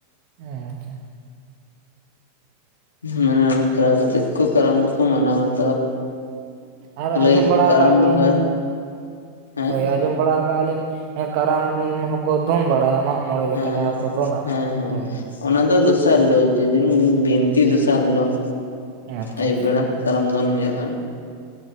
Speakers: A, on the right (about 55°); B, on the left (about 80°).
A: ᱦᱮᱸ ᱟᱪᱪᱷᱟ
B: ᱢᱟᱱᱮ ᱚᱱᱠᱟ ᱠᱟᱛᱮᱜ ᱠᱚ ᱠᱟᱨᱟᱢ ᱫᱚᱠᱚ ᱢᱟᱱᱟᱣ ᱵᱟᱛᱟᱣᱟ
A: ᱟᱨ ᱟᱸᱡᱚᱢ
B: ᱞᱟᱹᱭ
A: ᱵᱟᱲᱟ
B: ᱠᱟᱨᱟᱢ
A: ᱟᱠᱟᱜᱼᱟ ᱞᱤᱧ
B: ᱵᱚᱸᱜᱟ ᱦᱮᱸ
A: ᱦᱳᱭ ᱟᱸᱡᱚᱢ ᱵᱟᱲᱟ ᱟᱠᱟᱜᱼᱟ ᱞᱤᱧ ᱠᱟᱨᱟᱢ ᱦᱚᱸᱠᱚ ᱫᱚᱱ ᱵᱟᱲᱟᱭᱟ ᱢᱚᱬᱮ ᱞᱮᱠᱟ
B: ᱦᱮᱸ
A: ᱡᱟᱦᱟᱸ
B: ᱦᱮᱸ
A: ᱠᱚ ᱫᱚᱱᱟ
B: ᱦᱮᱸ ᱦᱮᱸ
A: ᱦᱳᱭ
B: ᱚᱱᱟ ᱫᱚ ᱫᱚᱥᱟᱨ
A: ᱟᱪᱪᱷᱟ
B: ᱦᱤᱞᱳᱜ ᱡᱮᱫᱤᱱ ᱵᱤᱱ ᱛᱤ ᱫᱚᱥᱟᱨ ᱦᱤᱞᱳᱜ
A: ᱟᱪᱪᱷᱟ
B: ᱟᱹᱭᱩᱵ ᱵᱮᱲᱟ ᱠᱟᱨᱟᱢ ᱫᱚᱱ ᱦᱳᱭᱳᱜᱼᱟ